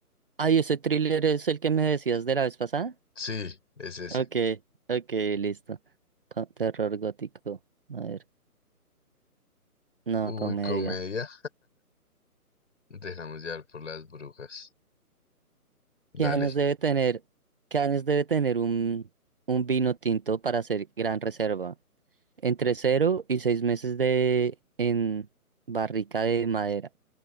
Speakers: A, on the right; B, on the left.
A: Ay, ese thriller es el que me decías de la vez pasada.
B: Sí, es ese.
A: Ok, ok, listo. Co- terror gótico. A ver. No,
B: Uy,
A: comedia.
B: comedia. Nos Dejamos llevar por las brujas. Dale,
A: ¿Qué años debe tener? ¿Qué años debe tener un, un vino tinto para hacer gran reserva? Entre cero y seis meses de en barrica de madera.